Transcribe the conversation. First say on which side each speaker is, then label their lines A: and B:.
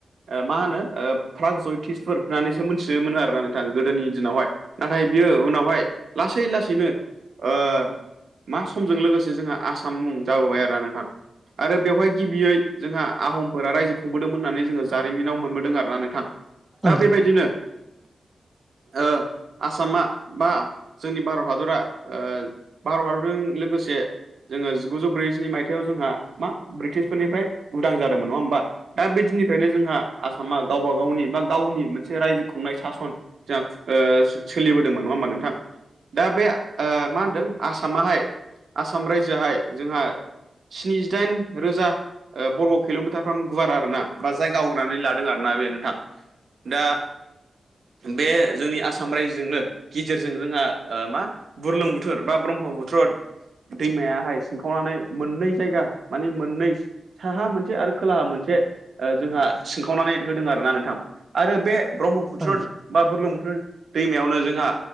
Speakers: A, on the right; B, on the right.
A: ओ मा होनो ओ फ्राग जतिसफोर होननानैसो मिथियोमोन आरोना नोंथां गोदोनि दिनावहाय नाथाय बियो उनावहाय लासै लासैनो ओ मा समजों लोगोसे जोंहा आसाम मुं जाबोबाय आरोना नोंथां आरो बेवहाय गिबियै जोंहा आहमफोरा रायजो खुंबोदोंमोन होननानै जोङो जारिमिनाव मोनबोदों आरो ना नोंथां
B: औ
A: दा
B: नोंथां
A: बेबायदिनो
B: औ नोंथां
A: ओ आसामा बा जोंनि भारत हादरा ओ भारत हादरजों लोगोसे थे जोङो जिगुजौ ब्रैजिनै मायथाइयाव जोंहा मा ब्रिटिसफोरनिफ्राय उदां जादोंमोन नङा होमबा दा बे दिननिफ्रायनो जोंहा आसामा गावबा गावनि बा गावनि मोनसे रायजो खुंनाय सासन जोंहा ओ सोलिबोदोंमोन नङा होमबा नोंथां दा बे ओ मा होनदों आसामाहाय आसाम रायजोआहाय जोंहा स्निजिदाइन रोजा ओ बर' किल'मिटारफ्राम गुवार आर ना बा जायगा होनानै लादों आर ना बे नोंथां दा बे जोंनि आसाम रायजोजोंनो गेजेरजों जोंहा ओ मा बुरलुं बुथुर बा ब्रह्मबुत्र्द दैमायाहाय सिनखावनानै मोननै जायगा मानि मोननै साहा मोनसे आरो खोलाहा मोनसे ओ जोंहा सिनखावनानै होदों आरो ना नोंथां आरो बे ब्रह्मपुत्र
B: औ
A: बा बुरलुं बुथुर दैमायावनो जोंहा